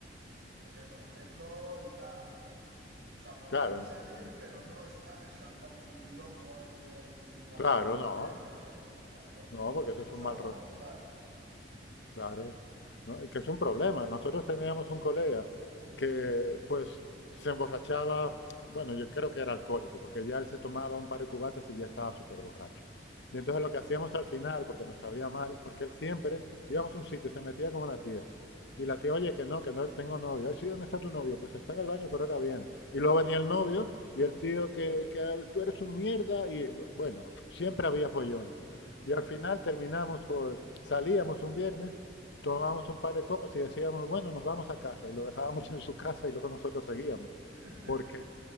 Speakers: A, on the right (about 70°); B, on the left (about 75°).
A: pues eso, viendo y tal. O sea, me gusta
B: Claro, ent-
A: salir, pero no estar exaltado como un loco ahí, ahí, ni molestar
B: claro,
A: a
B: no.
A: la gente, claro. O sea, lo,
B: No,
A: lo
B: porque
A: que menos
B: eso es un
A: hago
B: mal
A: es
B: rodeo.
A: molestar. Y
B: Claro, ¿no? Y que es un problema. Nosotros teníamos un colega
A: sí,
B: que pues se emborrachaba, bueno, yo creo que era alcohólico, porque ya él se tomaba un par de cubatas y ya estaba súper
A: sí,
B: borracho. Y entonces lo que hacíamos al final, porque nos sabía mal, porque él siempre íbamos a un sitio, se metía con una tía. Y la tía, oye, que no, que no tengo novio. Ay, sí, ¿dónde está tu novio? Pues está en el baño, pero ahora viene. Y luego venía el novio y el tío, que, que tú eres un mierda. Y bueno, siempre había follones.
A: sí,
B: Y al final terminamos por, salíamos un viernes Tomábamos un par de copas y decíamos, bueno, nos vamos a casa. Y lo dejábamos <laughs> en su casa y luego nosotros seguíamos.
A: <laughs>
B: Porque